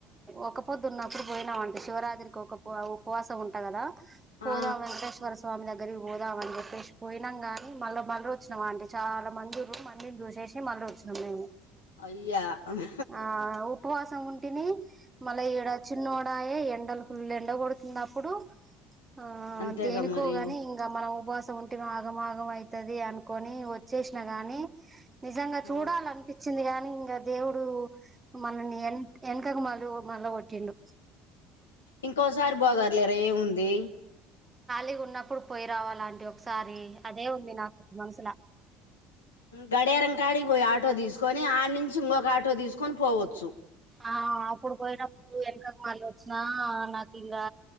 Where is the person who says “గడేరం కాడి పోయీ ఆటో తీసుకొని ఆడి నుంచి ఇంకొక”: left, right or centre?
Left